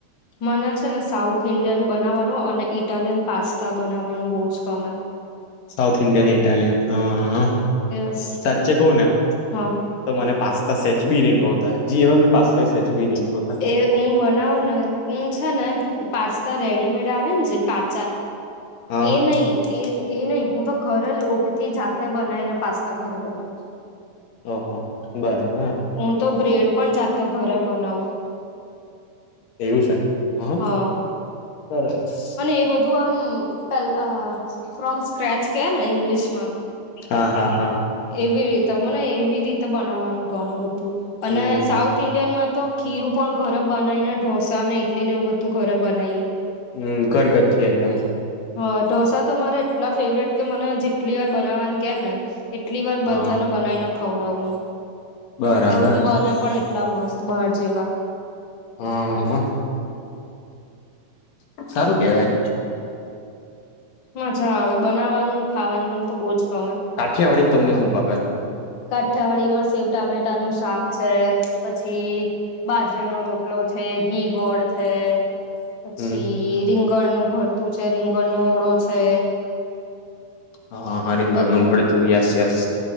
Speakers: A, on the left; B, on the left.
A: મને છે ને સાઉથ ઈન્ડિયન બનાવવાનું અને ઇટાલિયન પાસ્તા બનાવવાનું બહુ જ કમે
B: સાઉથ ઇન્ડિયન ઇટાલિયન હા
A: યસ
B: સાચચે કોણ હ
A: હા
B: તો મને પાસ્તા સેચ બી નહી પાવતા જેવા બી પાસ્તા હોય સેચ બી નહી પાવતા
A: એ હું બનાવું ને હું છે ને પાસ્તા રેડીમેડ આવે ને જે કાચા
B: હા
A: એ નહ એ એ નહી હું તો ઘરે લોટ થી જાતે બનાવીને પાસ્તા ઘરે બનાવું
B: ઓહો બરાબર
A: હું તો બ્રેડ પણ જાતો ઘરે બનાવું
B: એવું છે હ
A: હા
B: હ ચ
A: એ બધું આમ ફ્રોમ સ્ક્રેચ કે ને ઈંગ્લિશ માં
B: હા હા હા
A: એવી રીતે મને એવી રીતે બનાવવાનું ગમે બધું અને
B: હમ
A: સાઉથ થ ઈન્ડિયનમાં તો ખીરું પણ ઘરે બનાવી ને ઢોસા ને ઇટલી ને એવું બધું ઘરે બનાવીએ
B: હમ કરગથથી આઈટમ
A: હ ઢોસા તો મારે એટલા ફેવરેટ કે મને જેટલી વાર બનાવવાને કે ને એટલી વાર
B: હા
A: બધાને બનાવીને ખવડાવું હું
B: બરાબર
A: મરચી બને પણ એટલા મસ્ત બહાર જેવા
B: હા સારું કેવાય
A: મજા આવેવે બનાવવાનું ને ખાવાનું મને તો બહુ જ ગમે
B: કાઠિયાવાડીનેમને શુંપાવે
A: કાઠીયાવાડી માં શેવ ટામેટા નું શાક છે પછી બાજરીનો રોટલો છે ઘી, ગોળ છે. પછી
B: હમ
A: રીંગણનું ભરતું છે, રીંગણ નો ઓળો છે.
B: હા હા રિંગણ
A: બધું
B: નું ભરતું યસ યસ.